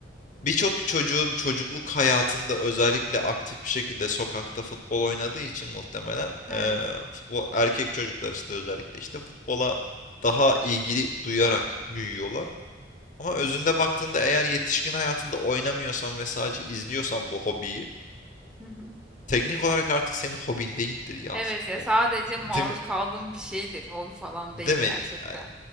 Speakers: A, on the left; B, in the centre.
A: Birçok çocuğun çocukluk hayatında özellikle aktif bir şekilde sokakta futbol oynadığı için muhtemelen
B: evet
A: eee, futbol erkek çocuklar işte özellikle işte futbola daha ilgili duyarak büyüyorlar. Ama özünde baktığında eğer yetişkin hayatında oynamıyorsan ve sadece izliyorsan bu hobiyi
B: Hı hı.
A: teknik olarak artık senin hobin değildir ya
B: evet
A: futbol.
B: ya sadece
A: <laughs>
B: maruz
A: Değil mi?
B: kaldığım bir şeydir hobi falan
A: Değil
B: değil gerçekten
A: mi yani?